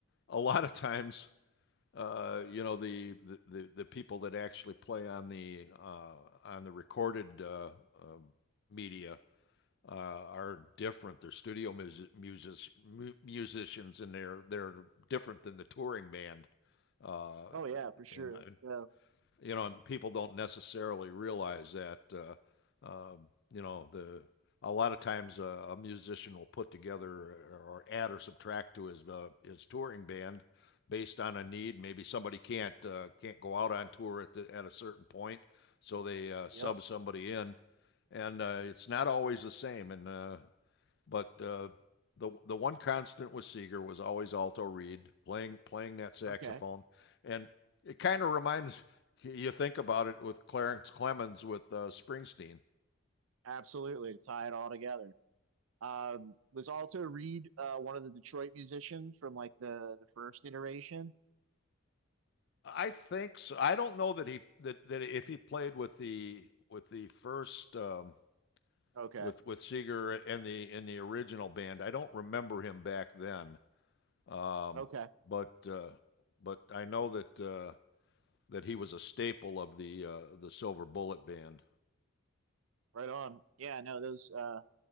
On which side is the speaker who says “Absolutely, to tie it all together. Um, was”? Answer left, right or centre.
Right